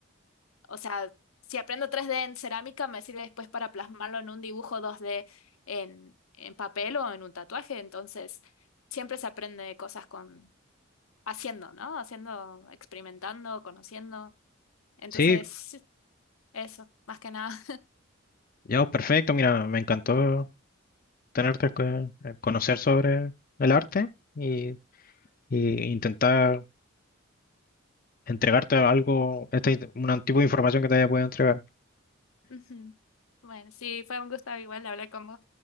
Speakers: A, on the left; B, on the left.
A: o sea, si aprendo tres d en cerámica, me sirve después para plasmarlo en un dibujo dos d en, en papel o en un tatuaje, entonces siempre se aprende cosas con haciendo, ¿no? Haciendo, experimentando, conociendo. Entonces,
B: Sí,
A: sí, eso, más que nada.
B: ya, pues, perfecto. Mira, me encantó tenerte, que- eh, conocer sobre el arte y, y intentar entregarte algo, este, un tipo de información que te haya podido entregar.
A: Ujú. Bueno, sí, fue un gusto igual hablar con vos.